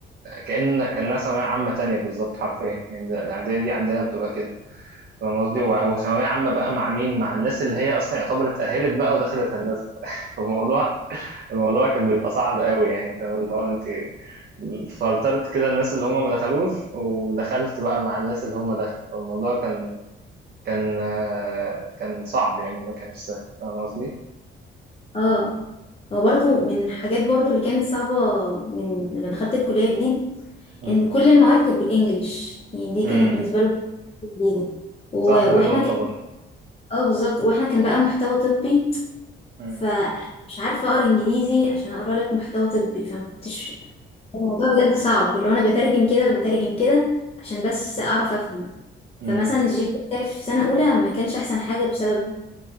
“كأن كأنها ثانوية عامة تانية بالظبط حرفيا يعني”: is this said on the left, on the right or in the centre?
Right